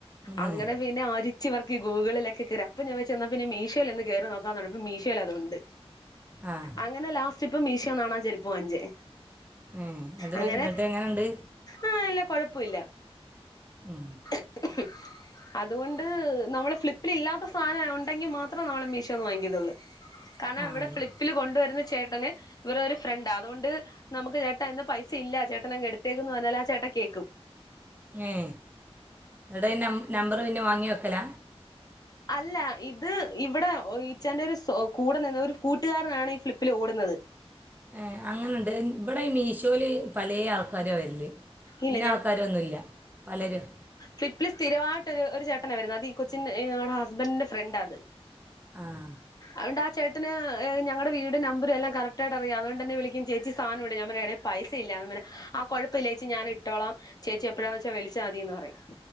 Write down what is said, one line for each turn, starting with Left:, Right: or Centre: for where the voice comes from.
Right: ഉം.
Left: അങ്ങനെ പിന്നെ ആര്. ച് പെർക്കി ഗൂഗിളിലക്കെ കയറി അപ്പ ഞൻ എന്നാ പിന്നെ മീഷോൽന്ന് കയറി നോക്കാർഞപ്പ മീഷോലതുണ്ട്.
Right: ആഹ്
Left: അങ്ങനെ ലാസ്റ്റ് ഇപ്പ മീശോന്നാണാ ആചരിപ്പ് വാങ്ങിച്ചേ.
Right: ഏ അത്
Left: അങ്ങനെ
Right: എന്നിട്ട് എങ്ങനെയുണ്ട്
Left: ആഹ് ഇല്ലാ കൊഴപ്പൊല്ല.
Right: ഉം
Left: ഉം അതുകൊണ്ട് നമ്മള് ഫ്ലിപ്പിൽ ഇല്ലാത്ത സാധനം ഉണ്ടെങ്കി മാത്രമേ നമ്മള് മീഷോന്ന് വാങ്ങിക്കതുള്ളൂ. കാരണം
Right: ആ
Left: ഇവിടെ
Right: അതെ
Left: ഫ്ലിപ്പില് കൊണ്ടുവരുന്ന ചേട്ടന് ഇവരുടെ ഒരു ഫ്രണ്ട അതുകൊണ്ട്. നമുക്ക് ചേട്ടാ ഇന്ന് പൈസ ഇല്ല ചേട്ടനങ് എടുത്തേക്കന്ന് പറഞ്ഞാൽ ആ ചേട്ട കേൾക്കും.
Right: ങ്ങേ ന്നട്ടയ് നം നമ്പറ് പിന്നെ വാങ്ങി വെക്കല.
Left: അല്ല ഇത് ഇവിടെ ഈച്ചാന്റെ ഒരു കൂടെ നിന്ന ഒരു കൂട്ടുകാരനാണ് ഈ ഫ്ളിപ്പിൽ ഓടുന്നത്.
Right: ഏഹ് അങ്ങനെണ്ട് ഇവിടെ മീശോൽ പലേ ആൾ ക്കാരോ വരല്
Left: ഇല്ല
Right: ഇന്ന ആൾക്കാരൊന്നുല്ല പലരുഅ
Left: ഫിപ്പിൽ സ്ഥിരമായിട്ട് ഒരു ചേട്ടന വരുന്നു അത് ഈ കൊച്ചിൻ ഞങ്ങളുടെ ഹസ്ബൻഡിന്റെ ഫ്രണ്ട അത്.
Right: ആഹ്
Left: അഓണ്ട് ആ ചേട്ടന് ഞങ്ങടെ വീട് നമ്പർ എല്ലാം കറക്റ്റയിട്ടറിയാം അതുകൊണ്ട് തന്നെ വിളിക്കും ചേച്ചി സാനം ഇവിടെ ഞൻ പറയ എടേ പൈസ ഇല്ലാങ്ങനെ ആ കുഴപ്പല്ല ചേച്ചി ഞാൻ ഇട്ടോളാം ചേച്ചി എപ്പഴാന്ന് വെച്ച വിളിച്ചാ മതിന്ന് പറയും.